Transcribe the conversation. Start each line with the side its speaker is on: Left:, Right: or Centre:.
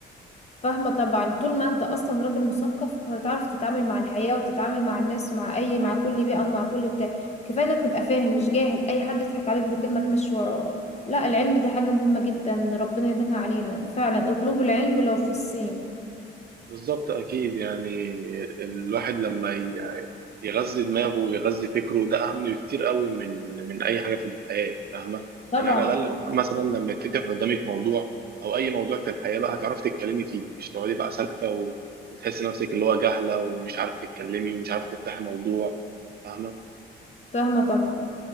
Left: فاهمة طبعا طول ما انت اصلا راجل مثقف هتعرف تتعامل مع الحياة وتتعامل مع الناس مع اي مع كل بيئة ومع كل بتاع كفاية انك تبقى فاهم مش جاهل اي حد يضحك عليك بكلمة تمشي وراه لا العلم ده حاجة مهمة جدا ربنا يديمها علينا فعلا اطلبوا العلم لو في الصين
Right: بالظبط اكيد يعني الواحد لما ي- يغذي دماغه ويغذي فكره ده اهم بكتير قوي من من اي حاجه في الحياه فاهمه
Left: طبعا
Right: يعني على الاقل مخ- مثلا لما يتفتح قدامك موضوع او اي موضوع في الحياه بقى هتعرفي تتكلمي فيه مش تقعدي بقى ساكته و- وتحسي نفسك اللي هو جاهله ومش عارفه تتكلمي ومش عارفه تفتحي موضوع فاهمه
Left: فاهمة طبعا